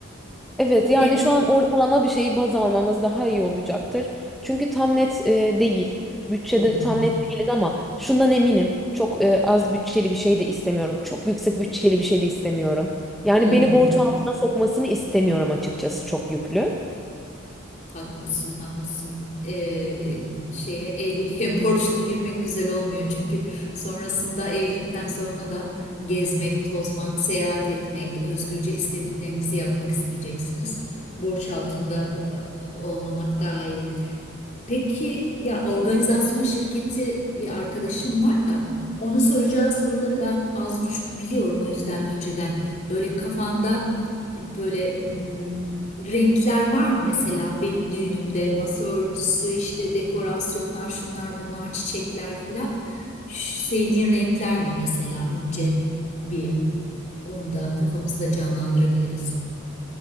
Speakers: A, in the centre; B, on the left.
A: Evet yani
B: Ne?
A: şu an ortalama bir şeyi baz almamız daha iyi olacaktır. Çünkü tam net e, değil. Bütçede
B: Hı hı.
A: tam net değiliz ama şundan eminim. Çok e, az bütçeli bir şey de istemiyorum. Çok yüksek bütçeli bir şey de istemiyorum. Yani
B: Hı hı.
A: beni borç altına sokmasını istemiyorum açıkçası çok yüklü.
B: Haklısın, haklısın. Ee, şeye evliliğe <laughs> borçlu girmek güzel olmuyor. Çünkü sonrasında evlilikten sonra da gezmek, tozmak, seyahat etmek, özgürce istediklerinizi yapmak isteyeceksiniz. Borç altında e, olmamak daha iyi. Peki ya organizasyon şirketi bir arkadaşım var da onun soracağı soruları ben az buçuk biliyorum o yüzden önceden böyle kafanda böyle mm, renkler var mı mesela benim düğünümde masa örtüsü işte dekorasyonlar şunlar bunlar çiçekler filan Ş- sevdiğin renkler ne mesela önce bir onu da kafamızda canlandırabiliriz.